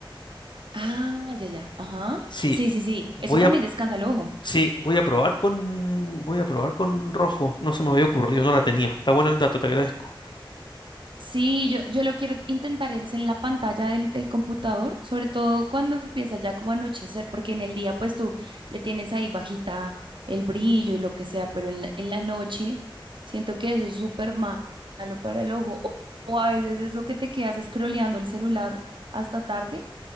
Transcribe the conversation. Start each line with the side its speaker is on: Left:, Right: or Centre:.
Right: ah, ya, ya, ajá.
Left: Sí,
Right: Sí, sí, sí,
Left: voy
Right: eso también
Left: a,
Right: descansa el ojo.
Left: sí, voy a probar con, voy a probar con rojo. No se me había ocurrido, no la tenía. Está bueno el dato, te agradezco.
Right: Sí, yo, yo lo quiero intentar es en la pantalla del, del computador, sobre todo cuando empieza ya como a anochecer, porque en el día pues tú le tienes ahí bajita el brillo y lo que sea, pero en la, en la noche siento que eso es súper ma- malo para el ojo. O, o a veces eso que te quedas scrolleando el celular hasta tarde,